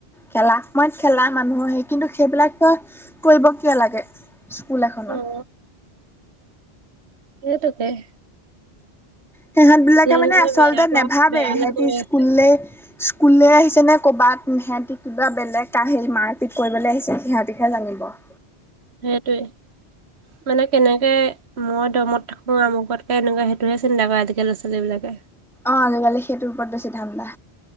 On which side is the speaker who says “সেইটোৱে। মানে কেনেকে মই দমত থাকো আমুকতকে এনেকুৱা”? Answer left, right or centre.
Right